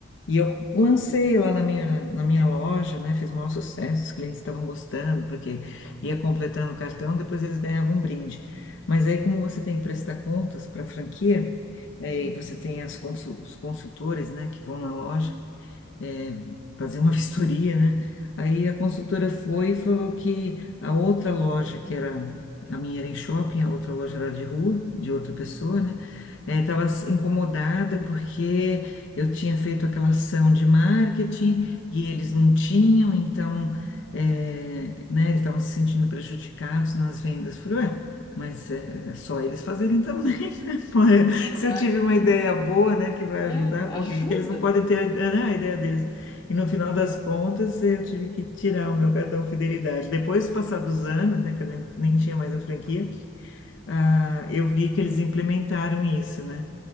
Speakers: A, on the left; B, on the left.
A: E eu lancei lá na minha, na minha loja, né? Fiz o maior sucesso, os clientes estavam gostando, porque ia completando o cartão, depois eles ganhavam um brinde. Mas aí, como você tem que prestar contas para a franquia, eh,
B: Uhum.
A: e você tem as consul- os consultores, né, que vão na loja, é, fazer uma <laughs> vistoria, né? Aí a consultora foi e falou que a outra loja, que era, a minha era em shopping, a outra loja era de rua, de outra pessoa, né? Estava incomodada porque eu tinha feito aquela ação de marketing e eles não tinham, então, é, né, eles estavam se sentindo prejudicados nas vendas. Falei, ué, mas é é só eles fazerem também, <laughs> né?
B: Verdade,
A: Se eu tive uma ideia boa, né, que vai
B: é,
A: ajudar,
B: ajuda.
A: porque que eles não podem ter, né, a ideia deles. E no final das contas, eu tive que tirar o meu cartão fidelidade. Depois, do passar dos anos, né, que eu nem, nem tinha mais a franquia, ah, eu vi que eles implementaram isso, né?